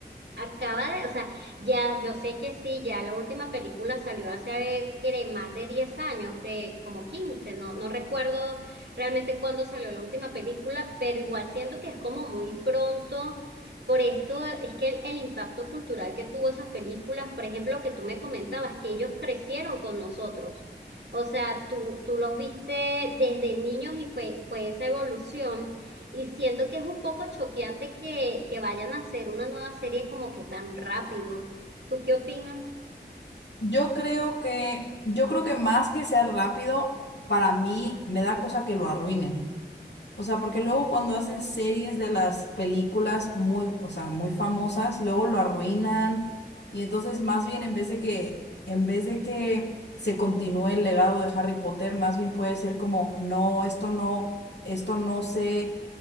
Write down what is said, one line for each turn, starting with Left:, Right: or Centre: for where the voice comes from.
Right: Acaba de, o sea, ya yo sé que sí, ya la última película salió hace, creo, más de 10 años, que como 15 no, no recuerdo realmente cuándo salió la última película, pero igual siento que es como muy pronto. Por esto es que el, el impacto cultural que tuvo esas películas, por ejemplo, que tú me comentabas, que ellos crecieron con nosotros. O sea, tú, tú los viste desde niños y fue, fue esa evolución. Y siento que es un poco choqueante que, que vayan a hacer una nueva serie como que tan rápido. ¿Tú qué opinas?
Left: Yo creo que, yo creo que más que sea rápido, para mí me da cosa que lo arruinen. O sea, porque luego
Right: Exacto.
Left: cuando hacen series de las películas muy, o sea, muy famosas, luego lo arruinan. Y entonces, más bien, en vez de que, en vez de que se continúe el legado de Harry Potter, más bien puede ser como, no, esto no, esto no se,